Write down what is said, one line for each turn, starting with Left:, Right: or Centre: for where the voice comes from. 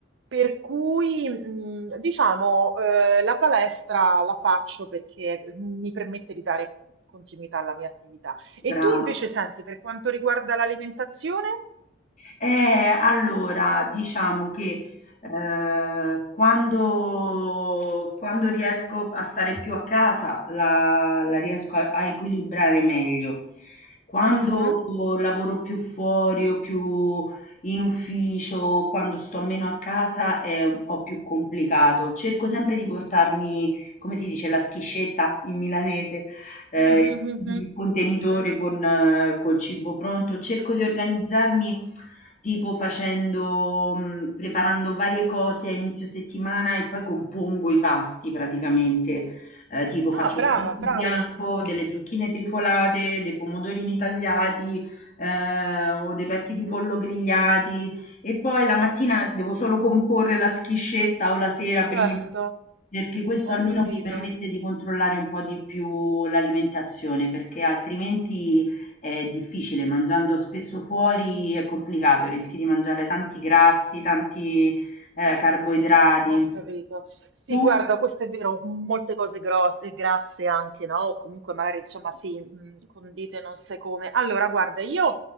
Right: Per cui, mh, diciamo, eh, la palestra la faccio perché mi permette di dare continuità alla mia attività. E
Left: brava.
Right: tu invece senti, per quanto riguarda l'alimentazione?
Left: Eh, allora, diciamo che eh, quando, quando riesco a stare più a casa la, la riesco a, a equilibrare meglio. Quando
Right: Mhm,
Left: lavoro più fuori o più in ufficio, quando sto meno a casa è un po' più complicato. Cerco sempre di portarmi, come si dice, la schiscetta in milanese, ehm,
Right: mhm, mhm,
Left: il contenitore
Right: mhm.
Left: con eh, col cibo pronto. Cerco di organizzarmi tipo facendo mhmm, preparando varie cose a inizio settimana e poi compongo i pasti praticamente. Ehm, tipo faccio
Right: Ah, brava,
Left: del riso
Right: brava,
Left: bianco, delle zucchine trifolate, dei pomodorini tagliati, ehm, o dei petti di pollo grigliati. E poi la mattina devo solo comporre la schiscetta o la sera
Right: certo,
Left: prima, perché questo
Right: ho
Left: almeno
Right: capito.
Left: mi permette di controllare un po' di più l'alimentazione, perché altrimenti è difficile, mangiando spesso fuori è complicato, rischi di mangiare tanti grassi, tanti eh, carboidrati.
Right: Ho capito. Sì,
Left: Tu?
Right: guarda, questo è vero, molte cose grosse, grasse anche, no? O comunque magari, insomma, sì, mh, condite non sai come. Allora, guarda, io,